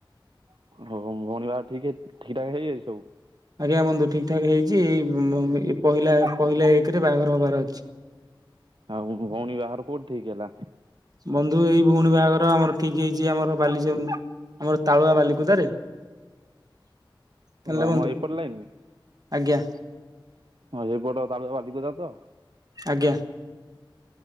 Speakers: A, on the right (about 70°); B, on the right (about 45°).
A: ହଉ ଭଉଣୀ ବାହାଘର ଠିକ୍ ହେଇ ଠିକ୍ ଠାକ ହେଇଯାଇଛି ସବୁ?
B: ଆଜ୍ଞା ବନ୍ଧୁ ଠିକ ଠାକ ହେଇଛି ଏଇ ପହିଲା ପହିଲା ଏକ ରେ ବାହାଘର ହବାର ଅଛି।
A: ଆଉ ଭଉଣୀ ବାହାର କୋଉଠି ଠିକ ହେଲା?
B: ବନ୍ଧୁ ଏଇ ଭଉଣୀ ବାହାଘର ଆମର ଠିକ ହେଇଛି ଆମର ବାଲି <unintelligible> ଆମର ତାଳୁଆ ବାଲିକୁଦାରେ। ହେଲେ
A: ଆମ
B: ବନ୍ଧୁ
A: ଏପର ଲାଇନି
B: ଆଜ୍ଞା
A: ଏପଟ <unintelligible>
B: ଆଜ୍ଞା।